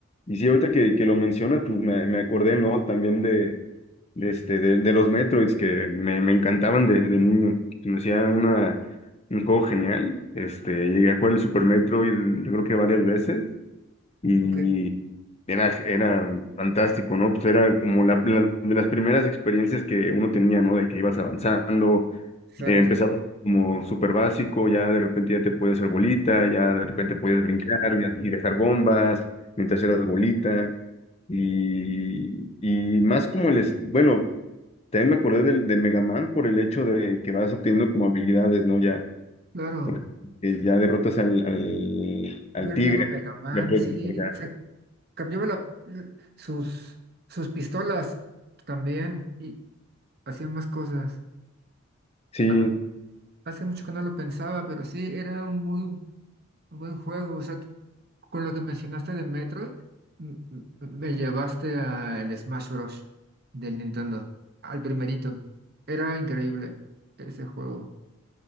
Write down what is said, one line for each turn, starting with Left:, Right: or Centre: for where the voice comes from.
Left: Y sí, ahorita que, que lo mencionas, pues me, me acordé, ¿no? También de, de, este, de, de los Metroids que me, me encantaban desde niño. Se me hacía una, un juego genial. Este, llegué a jugar el Super Metroid, yo creo que varias veces. Y,
Right: Ok.
Left: era, era fantástico, ¿no? Pues era como la, la- de las primeras experiencias que uno tenía, ¿no? De que ibas avanzando,
Right: Exacto,
Left: eh, empezaba como súper básico, ya de repente ya te podías hacer bolita, ya de repente podías brincar ya- y dejar bombas mientras eras bolita. Y, y más como el, es- bueno, también me acordé del, de Mega Man por el hecho de que vas obteniendo como habilidades, ¿no? Ya,
Right: claro.
Left: porque ya derrotas al, al, al
Right: Yo el
Left: tigre,
Right: video Mega
Left: ¿no?
Right: Man,
Left: ya puedes
Right: sí,
Left: cargar.
Right: se cambiaba la- sus, sus pistolas también y hacía más cosas.
Left: Sí,
Right: Ha- Hace mucho que no lo pensaba, pero sí, era un muy buen juego. O sea, con lo que mencionaste de Metroid, m- m- me llevaste al Smash Bros. del Nintendo, al primerito. Era increíble ese juego.